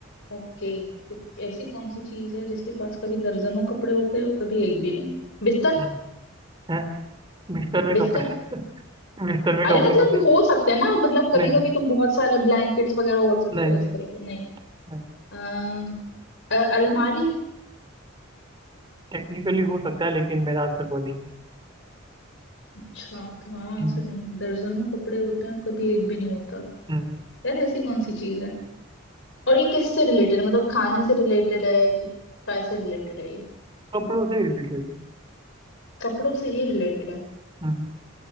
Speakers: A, on the left; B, on the right.
A: ओके तो ऐसी कौन सी चीज है जिसके पास कभी दर्जनों कपड़े होते हैं और कभी एक भी नहीं बिस्तर
B: हम्म हैं? बिस्तर में
A: बिस्तर
B: कपड़े <laughs> बिस्तर में
A: अरे
B: कपड़े
A: मतलब
B: <laughs>
A: हो सकते हैं ना मतलब कभी
B: नहीं
A: कभी तुम बहुत सारे ब्लैंकेट्स वगैरह ओढ़ सकते
B: नहीं
A: हो उस तरीके नहीं
B: नहीं
A: अम, अ, अलमारी
B: टेक्निकली हो सकता है लेकिन मेरा आंसर वो नहीं है
A: अच्छा तुम्हारा आंसर
B: हम्म
A: नहीं है दर्जनों कपड़े होते हैं कभी एक भी नहीं होता
B: हम्म,
A: यार ऐसी कौन सी चीज है और ये किससे रिलेटेड मतलब खाने से रिलेटेड है कि काय से रिलेटेड है ये
B: कपड़ों से रिलेटेड
A: कपड़ों से ही रिलेटेड है
B: हम्म